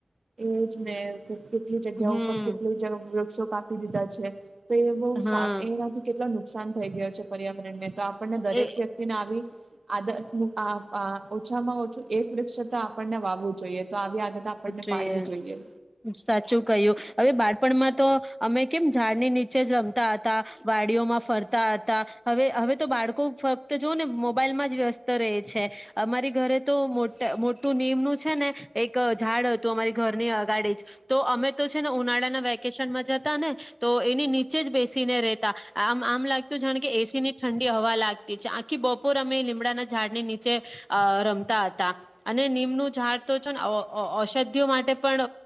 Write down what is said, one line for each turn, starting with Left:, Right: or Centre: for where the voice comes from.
Right: એજ ને કે કેટલી જગ્યા
Centre: હમ
Right: ઉપર કેટલી <unintelligible> વક્ષો કાપી દીધા છે. તો એ બો
Centre: હા
Right: એનાથી કેટલાુ. નુકસાન થઈ ગય છે પર્યાવરણને. તો આપણને દરેક
Centre: એ
Right: વ્યક્તિને આવી. આ આ ઓછામાં ઓછું એક વૃક્ષ તો આપણને વાવું જોઈએ. તો આવી આદત આપણને.
Centre: જો
Right: પાડવી જોઈએ
Centre: સાચું કય્યું હવે બાળપણમાં તો અમે કેમ ઝાડની નીચે જ રમતા હતા, વાડીઓમાં ફરતા હતા હવે હવે તો બાળકો ફક્ત જોઓ ને મોબાઈલમાં જ વ્યસ્ત રહે છે અમારી ઘરે તો મોટું નિયમનું છે ને એક ઝાડ હતું. અમારી ઘરની અગાડી જ તો અમે તો છે ને ઉનાળાના વેકેશનમાં જતા ને તો એની નીચે જ બેસીને રે તા આમ આમ લાગતું જાણે કે એસી ઠંડી હવા લાગતી છે. આખી બપોર અમે લીમડાના ઝાડની નીચે અ રમતા હતા અને નીમનું ઝાડ તો છો ને ઔષધિઓ માટે પણ